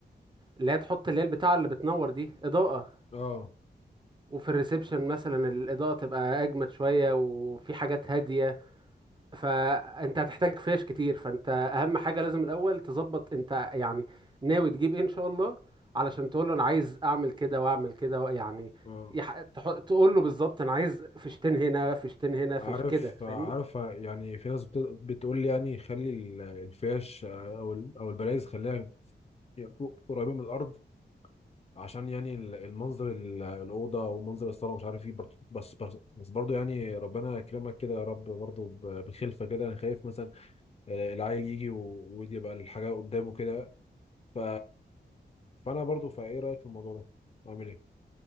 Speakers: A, on the right; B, on the left.
A: اللي هي تحط اللي هي البتاعه اللي بتنور دي اضاءه
B: اه
A: وفي الريسبشن مثلا الاضاءه تبقى اجمد شويه وفي حاجات هاديه فانت هتحتاج فيش كتير فانت اهم حاجه لازم الاول تظبط انت يعني ناوي تجيب ايه ان شاء الله علشان تقول له انا عايز اعمل كده واعمل كده و- يعني
B: اه
A: يح... تح- تقول له بالظبط انا عايز فيشتين هنا فيشتين هنا فيش
B: عارف
A: كده
B: عارف
A: فاهمني
B: يعني في ناس بت- بتقول لي يعني خلي ال- الفيش آه، او ال- او البلايز خليها يعني فوق- قريبين من الارض عشان يعني ال- المنظر ال- الاوضه ومنظر الصاله ومش عارف ايه برضه بس بس بس برضه يعني ربنا يكرمك كده يا رب برضه ب- بخلفه كده انا خايف مثلا آه، العيل يجي و- ويبقى الحاجه قدامه كده ف... فانا برضو فايه رايك في الموضوع ده اعمل ايه